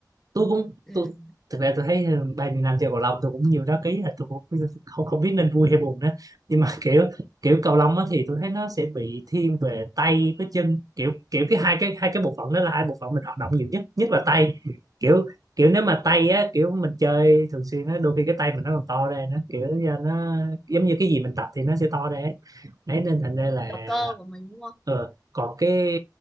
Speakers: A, on the right; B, in the centre.
A: tôi cũng
B: Ừ.
A: tôi thực ra tôi thấy ừ, bao nhiêu năm chơi cầu lông tôi cũng nhiều đá ký là tôi cũng không không biết nên vui hay buồn nữa nhưng mà kiểu kiểu cầu lông á thì tôi thấy nó sẽ bị thiên về tay với chân kiểu kiểu cái hai cái hai cái bộ phận đó là hai bộ phận mình hoạt động nhiều nhất nhất là tay kiểu kiểu nếu mà tay á kiểu mình chơi thường xuyên á đôi khi cái tay mình nó còn to ra nữa kiểu do nó giống như cái gì mình tập thì nó sẽ to ra ấy. đấy nên thành
B: Đúng.
A: ra là
B: Kiểu cơ của mình đúng không?
A: ờ, còn cái